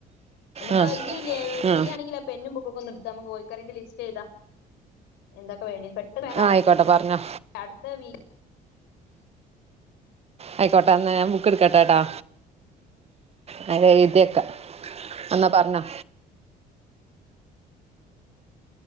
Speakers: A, on the left; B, on the right.
A: നമ്മക്ക
B: ആ
A: അയ്ല്ലേ ഫ്രീ
B: ആ ആ
A: ആണെങ്കിൽ ലഫ് പെന്നും ബുക്കൊക്കെ ഒന്ന് ഇട്ത്ത നമ്മക്ക് കോഴിക്കറിന്റെ ലിസ്റ്റ് എഴ്താ എന്തൊക്കെ വേണ്ടേ പേനാരാ
B: ആയിക്കോട്ടെ പറഞ്ഞോ
A: അടുത്ത വീ
B: ആയിക്കോട്ടെ എന്നാ ഞാൻ ബുക്ക് എട്ക്കട്ടെട്ടൊ ഞാന് എഴ്തിക്കാ എന്നാ പറഞ്ഞോ